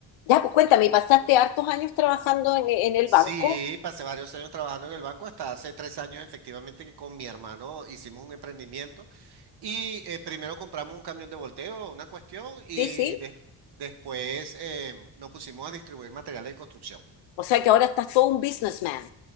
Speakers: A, on the left; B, on the right.
A: Ya, pues cuéntame, ¿y pasaste hartos años trabajando en, en el
B: Sí,
A: banco?
B: pasé varios años trabajando en el banco, hasta hace tres años efectivamente que con mi hermano hicimos un emprendimiento y eh, primero compramos un camión de volteo, una cuestión, y
A: Sí, sí,
B: des- después eh, nos pusimos a distribuir materiales de construcción.
A: O sea que ahora estás todo un businessman.